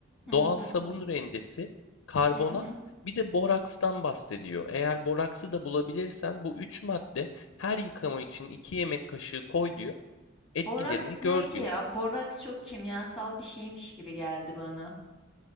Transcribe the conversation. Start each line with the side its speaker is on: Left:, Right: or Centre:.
Centre: Hı
Left: doğal
Centre: hı
Left: sabun rendesi, karbonat,
Centre: hı hı.
Left: bir de borakstan bahsediyor. Eğer boraksı da bulabilirsen bu üç madde her yıkama için 2 yemek kaşığı koy diyor. Etkilerini
Centre: Boraks
Left: gör
Centre: ne ki
Left: diyor.
Centre: ya? Boraks çok kimyasal bir şeymiş gibi geldi bana.